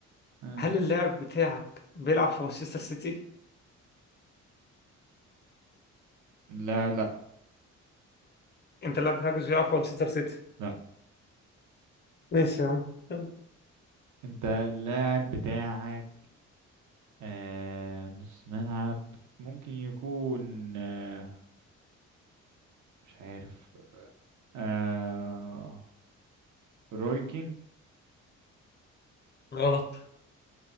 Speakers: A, on the right (about 75°); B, on the left (about 35°).
A: آه.
B: هل اللاعب بتاعك بيلعب في مانشستر سيتي
A: لا لا
B: انت اللاعب بتاعك مش بيلعب في مانشستر سيتي
A: لا
B: ماشي يا عم يلا.
A: انت اللاعب بتاعك آه نص ملعب ممكن يكون آه مش عارف آه رويكين
B: غلط